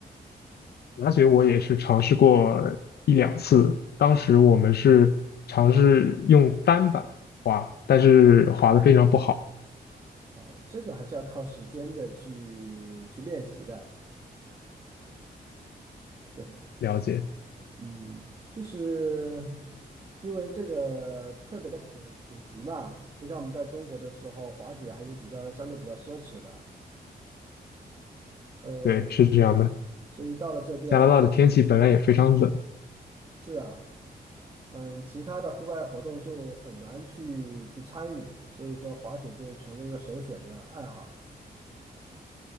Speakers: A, on the left (about 75°); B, on the right (about 30°).
A: 滑雪我也是尝试过一两次，当时我们是尝试用单板滑，但是滑的非常不好。
B: 啊，这个还是要靠时间的去去练习的。对，
A: 了解，
B: 嗯，就是因为这个特别的普普及嘛，不像我们在中国的时候，滑雪还是比较相对比较奢侈的。呃，
A: 对，是这样的。
B: 所以到了这边，
A: 加拿大的天气本来也非常冷，
B: 哎是啊。嗯，其他的户外活动就很难去去参与，所以说滑雪就成为一个首选的爱好。